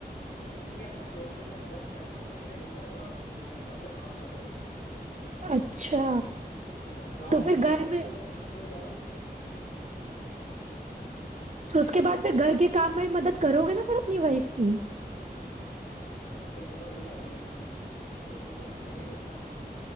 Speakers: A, on the left (about 80°); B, on the right (about 45°).
A: मैं इसलिए अपने कोर्सेज में इन्वेस्ट करता हूँ कि मुझे रिमोट जॉब मिले कि मैं घर से काम कर सकूँ
B: अच्छा
A: अगर जॉब
B: तो फिर
A: भी करनी
B: घर
A: है
B: में
A: मुझे तो घर से ही करूँ
B: तो उसके बाद फिर घर के काम में ही मदद करोगे ना फिर अपनी वाइफ की
A: यस ये वो तो मेरी हॉबी है ना कुकिंग तो मैं कर ही लेता हूँ